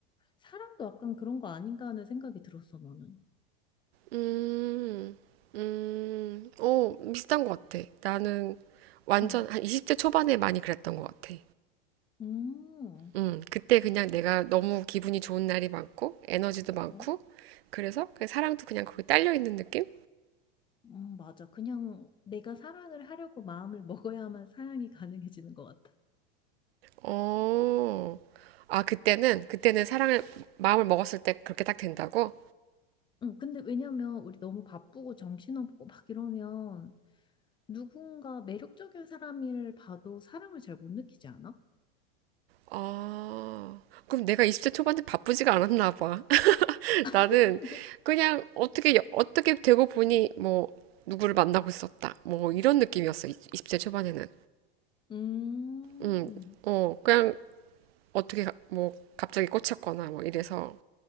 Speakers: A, on the left (about 15°); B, on the right (about 85°).
A: 사람도 약간 그런 거 아닌가 하는 생각이 들었어, 너는.
B: 음, 음, 어, 비슷한 것 같아. 나는 완전
A: 응.
B: 한 20대 초반에 많이 그랬던 것 같아.
A: 음,
B: 음, 그때 그냥 내가 너무 기분이 좋은 날이 많고, 에너지도 많고,
A: 어?
B: 그래서 그 사랑도 그냥 거기 딸려 있는 느낌?
A: 음, 맞아. 그냥 내가 사랑을 하려고 마음을 먹어야만 사랑이 가능해지는 것 같아.
B: 어, 아, 그때는, 그때는 사랑을, 마음을 먹었을 때 그렇게 딱 된다고?
A: 응, 근데 왜냐면 우리 너무 바쁘고 정신없고 막 이러면 누군가 매력적인 사람을 봐도 사랑을 잘 못 느끼지 않아?
B: 아, 그럼 내가 20대 초반에 바쁘지가 않았나 봐. <laughs> 나는
A: <laughs>
B: 그냥 어떻게, 어떻게 되고 보니 뭐, 누구를 만나고 있었다. 뭐, 이런 느낌이었어. 20대 초반에는.
A: 음.
B: 음, 어, 그냥 어떻게, 가- 뭐, 갑자기 꽂혔거나 뭐 이래서,